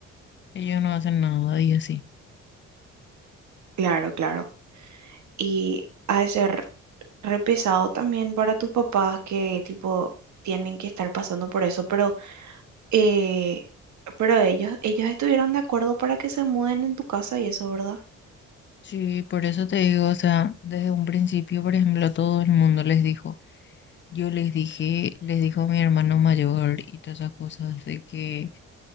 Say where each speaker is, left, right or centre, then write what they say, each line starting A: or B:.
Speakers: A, on the left (about 40°); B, on the right (about 70°).
A: ellos no hacen nada y así.
B: Claro, claro. Y ha de ser re pesado también para tus papás que tipo tienen que estar pasando por eso, pero eh, pero ellos ellos estuvieron de acuerdo para que se muden en tu casa y eso, ¿verdad?
A: Sí, por eso te digo, o sea, desde un principio, por ejemplo, todo el mundo les dijo, yo les dije, les dijo mi hermano mayor y todas esas cosas de que